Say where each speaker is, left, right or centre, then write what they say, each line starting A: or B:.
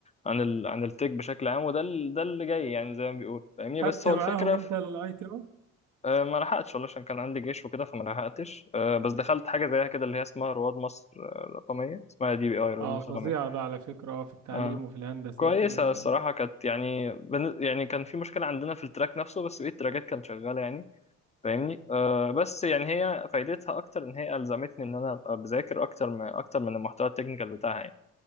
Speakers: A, on the left; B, on the right.
A: عن ال عن التك بشكل عام وده ال- ده اللي جاي يعني زي ما بيقول فاهمني
B: خدت
A: بس هو
B: معاهم
A: الفكرة
B: انت
A: في-
B: الاي تي او
A: آه ما لحقتش والله عشان كان عندي جيش وكده فما لحقتش آه بس دخلت حاجة زيها كده اللي هي اسمها رواد مصر آه، الرقمية اسمها دي بي اي رواد
B: اه
A: مصر
B: فظيعة
A: الرقمية
B: ده على فكرة اه في التعليم
A: آه.
B: وفي الهندسة
A: كويسة
B: وفي ال...
A: الصراحة كانت يعني بن... يعني كان في مشكلة عندنا في التراك نفسه بس بقية التراكات كانت شغالة يعني فاهمني أه بس يعني هي فايدتها أكتر إن هي ألزمتني إن أنا أبقى بذاكر أكتر من أكتر من المحتوى التكنيكال بتاعها يعني